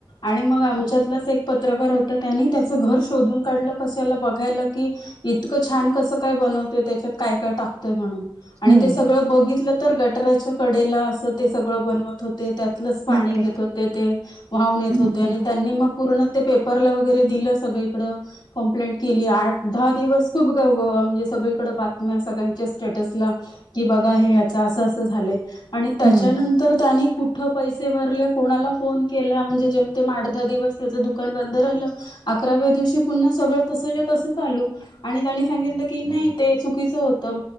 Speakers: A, on the left; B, on the right.
A: आणि मग आमच्यातलाच ऐक पत्रकार होत त्यांनी त्याचं घर शोधून काढलं कशाला बघायला की इतकं छान कसं काय बनवतोय त्याच्यात काय-काय टाकतोय म्हणून. आणि
B: हम्म
A: ते सगळं बघितलं तर गटाऱ्याच्या कडेला असं ते सगळं बनवत होते त्यातलच पाणी
B: बापरे
A: घेत होते ते वाहून येत
B: हम्म
A: होते
B: हम्म
A: आणि त्यांनी मग पूर्ण ते पेपरला वगैरे दिलं सगळीकडं. कंप्लेंट केली आठ-दहा दिवस खूप गव गवा म्हणजे सगळीकडं बातम्या सगळ्यांच्या स्टेटसला की बघा हे हयाच अस-अस झालंय आणि त्याच्यानंतर
B: हम्म
A: त्यांनी कुठ पैसे भरले कोणाला फोन केला म्हणजे जेमतेम आठ-दहा दिवस त्याच दुकान बंद राहिलं आकराव्या दिवशी पुन्हा सगळं तसंच्या तसं चालू आणि त्यांनी सांगितलं की नाही ते चुकीचं होतं